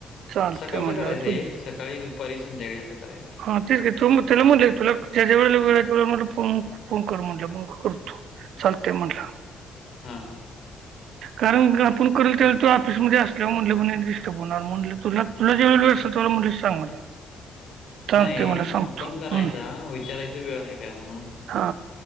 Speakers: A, on the right (about 75°); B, on the left (about 65°).
A: चालतंय
B: सकाळचं
A: म्हटलं
B: करायचं एक.
A: तू
B: सकाळी, दुपारी, संध्याकाळी असं करायचं.
A: हा तेच की, तुम त्याला म्हटलं की, तुला ज्या ज्या वेळेला वेळ आहे. त्यावेळेला म्हणलं फोन कर म्हटलं मग करतो. चालतय म्हणला.
B: हां.
A: कारण का आपण करल त्या वेळेस तो ऑफिसमध्ये असल्यावर म्हणल डिस्टर्ब होणार म्हणल तुला तुला ज्यावेळेला वेळ असेल, तवा म्हणलं सांग मला. चालतंय
B: नाही,
A: मला सांगतो
B: आपण करायचा,
A: हं,
B: विचारायचा वेळ आहे काय म्हणून?
A: हा.